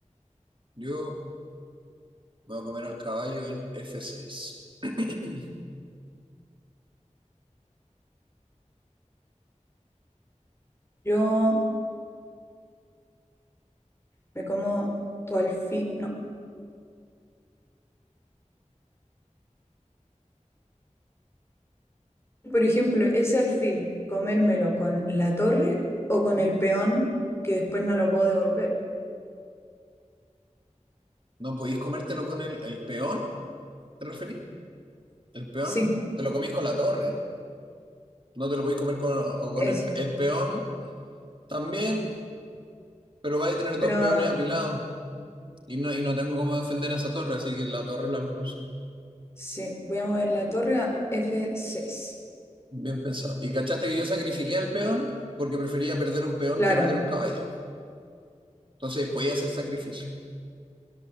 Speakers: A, on the right (about 40°); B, on the left (about 20°).
A: Yo voy a comer al caballo en F6. <clears throat>
B: Yo me como tu alfil. No. Por ejemplo, ese alfil, comérmelo con la torre o con el peón que después no lo puedo devolver.
A: ¿No podéis comértelo con el, el peón? ¿Te referís? El peón
B: Sí,
A: te lo comís con la torre. No te lo podéis comer con, o con
B: eso.
A: el, el peón también, pero vais a tener dos
B: Pero ah,
A: peones apilados. Y no, y no tengo cómo defender a esa torre, así que la torre es la mejor opción.
B: sí, voy a mover la torre a f seis
A: Bien pensado. ¿Y cachaste que yo sacrifiqué al peón? Porque prefería perder un peón
B: Claro.
A: que perder un caballo. Entonces podía hacer sacrificio.